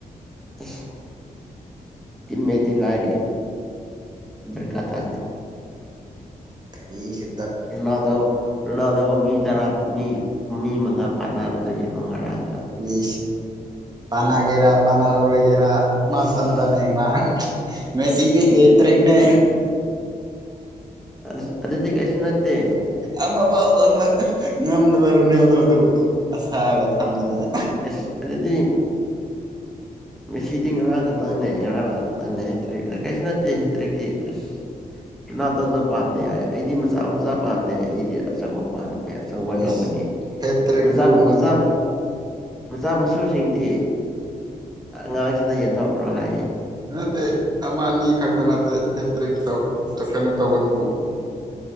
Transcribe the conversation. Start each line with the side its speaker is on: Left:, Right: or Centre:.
Centre: ꯎ ꯇꯤꯃꯦꯗꯤ ꯂꯥꯏꯔꯤ ꯗꯔꯀꯥ ꯇꯥꯅꯤ
Right: ꯀꯔꯤ ꯁ
Centre: ꯏꯂꯗ ꯂꯨꯅꯗꯕ ꯃꯤ ꯇꯔꯥ ꯃꯤ ꯃꯤ ꯃꯉꯥ ꯄꯥꯟꯕꯗꯣ ꯌꯦꯡꯉꯣ ꯉꯔꯥꯡ
Right: ꯁ ꯄꯅꯥꯒꯦꯔꯥ ꯄꯅꯥꯒꯔꯣꯏ ꯦꯔ ꯃꯥꯁ꯭ꯔ
Centre: ꯑꯁ
Right: ꯅ꯭ꯔꯥ ꯃ ꯁꯦ ꯑꯦꯇꯔꯤꯛꯅꯦ
Centre: ꯑꯁ ꯑꯗꯨꯗꯗꯤꯤ ꯀꯁ ꯅꯠꯇꯦ
Right: ꯑꯃ ꯄꯥꯎ ꯆꯟꯕ ꯉꯝꯗꯕ ꯔꯨꯅꯦꯗꯣ ꯑꯗꯨꯕꯨ ꯑꯁꯥꯒ ꯊꯝꯃꯗꯅ
Centre: ꯑꯦꯁ ꯑꯗꯨꯗꯤ ꯃꯦꯁꯤꯗꯤ ꯉꯔꯥꯡ ꯈꯛꯇꯪꯅꯦ ꯉꯔꯥꯡ ꯅꯍ ꯈꯛꯇꯪꯅꯦ ꯍꯦꯇꯔꯤꯛ ꯑꯁ ꯀꯩꯁꯨ ꯅꯠꯇꯦ ꯍꯦꯇ꯭ꯔꯦꯛꯇꯤ ꯑꯦꯁ ꯇꯨꯅꯥꯗꯣꯗꯣ ꯄꯥꯟꯗꯦ ꯍꯥꯏ ꯑꯩꯗꯤ ꯃꯆꯥ ꯃꯆꯥ ꯄꯥꯟꯗꯦ ꯑꯩꯗꯤ ꯑꯆꯧꯕ ꯄꯥꯝꯃꯦ ꯑꯦ ꯑꯆꯧꯕ ꯇꯧꯕꯅꯤ
Right: ꯏꯁ ꯍꯦꯇ꯭ꯔꯤꯛꯇꯨꯕꯨ
Centre: ꯃꯆꯥ ꯃꯆꯥ ꯃꯆꯥ ꯃꯁꯨꯁꯤꯡꯗꯤ ꯑꯉꯥꯡꯁꯤꯡꯅ ꯌꯦꯟꯊꯊꯧ ꯀꯍꯥꯏꯌꯦ
Right: ꯅꯠꯇꯦ ꯑꯃ ꯑꯅꯤ ꯈꯛꯇ ꯅꯠꯇꯦ ꯍꯦ ꯇꯔꯦꯛ ꯇꯧ ꯀꯩꯅꯣ ꯇꯧꯕꯗꯨꯕꯨ